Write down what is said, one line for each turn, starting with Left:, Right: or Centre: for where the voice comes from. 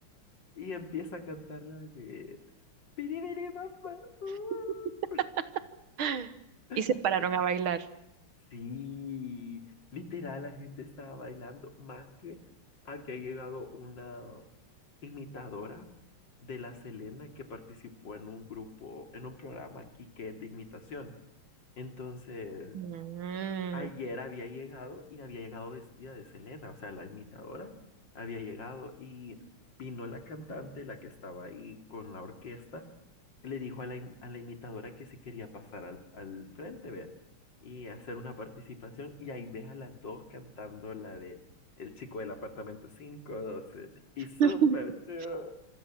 Left: Y empieza a cantar la de "Piribiri, papá, uh".
Right: <laughs>
Left: <laughs>
Right: Y se pararon a bailar.
Left: Sí, literal, la gente estaba bailando más que había llegado una. imitadora de la Selena que participó en un grupo, en un programa aquí que es de imitación. Entonces,
Right: Mm.
Left: ayer había llegado y había llegado vestida de Selena, o sea, la imitadora había llegado y vino la cantante, la que estaba ahí con la orquesta, le dijo a la, im- a la imitadora que si quería pasar al, al frente, ve, y hacer una participación, y ahí ves a las dos cantando la de El chico del apartamento quinientos doce y
Right: <laughs>
Left: súper chido.